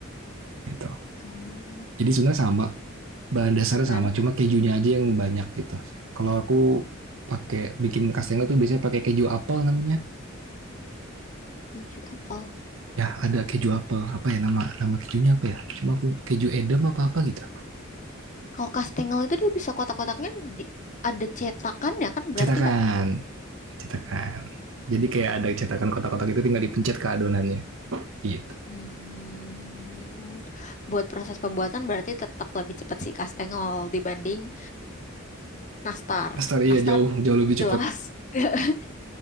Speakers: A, on the right (about 70°); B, on the left (about 35°).
A: gitu.
B: Oh,
A: Jadi sebenarnya sama, bahan dasarnya
B: Nah,
A: sama, cuma kejunya aja yang banyak gitu. Kalau aku pakai bikin kastengel tuh biasanya pakai keju apel namanya.
B: keju apel.
A: Ya, ada keju apel. Apa ya nama nama kejunya apa ya? Cuma aku keju edam apa apa gitu.
B: Kalau kastengel itu dia bisa kotak-kotaknya di- ada cetakannya kan
A: Cetakan,
B: berarti Kak?
A: cetakan. Jadi kayak ada cetakan kotak-kotak itu tinggal dipencet ke adonannya. Gitu.
B: Hmm, buat proses pembuatan berarti tetap lebih cepat sih kastengel dibanding nastar.
A: Nastar
B: Nastar
A: iya jauh
B: udah
A: jauh lebih cepet.
B: jelas. <laughs>